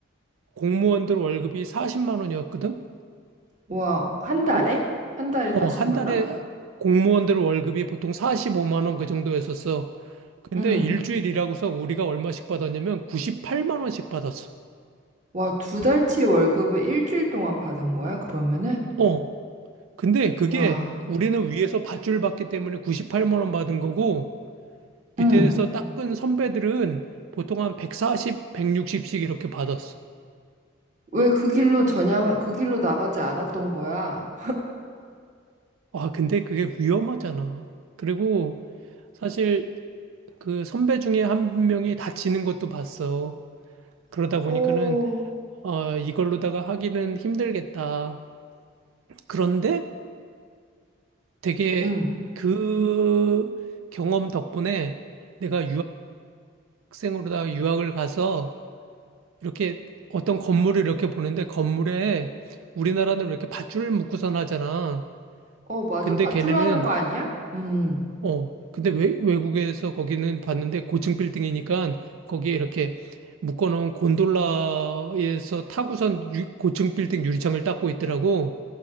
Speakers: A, on the right (about 85°); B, on the right (about 35°).
A: 공무원들 월급이 40만 원이었거든?
B: 와, 한 달에?
A: 그,
B: 한 달에
A: 어,
B: 40만
A: 한 달에
B: 원?
A: 공무원들 월급이 보통 45만 원 그 정도였었어. 근데
B: 응.
A: 일주일이라고서 우리가 얼마씩 받았냐면 98만 원씩 받았어.
B: 와, 두 달치 월급을 일주일 동안 받은 거야, 그러면은?
A: 어. 근데 그게
B: 와,
A: 우리는 위에서 밧줄 받기 때문에 98만 원 받은 거고 밑에서
B: 응.
A: 닦은 선배들은 보통 한 140, 160씩 이렇게 받았어.
B: 왜 그 길로 전향, 그 길로 나가지 않았던 거야?
A: 아, 근데 그게 위험하잖아. 그리고 사실 그 선배 중에 한 명이 다치는 것도 봤어. 그러다
B: <laughs>
A: 보니까는
B: 어,
A: 어, 이걸로다가 하기는 힘들겠다. 그런데 되게
B: 응.
A: 그 경험 덕분에 내가 유학생으로다가 유학을 가서 이렇게 어떤 건물을 이렇게 보는데 건물에 우리나라는 이렇게 밧줄을 묶고선 하잖아.
B: 어, 맞아.
A: 근데
B: 밧줄로
A: 걔네는
B: 하는 거 아니야? 음.
A: 어 근데 외, 외국에서 거기는 봤는데 고층 빌딩이니까 거기에 이렇게 묶어놓은 곤돌라에서 타고선 유- 고층 빌딩 유리창을 닦고 있더라고.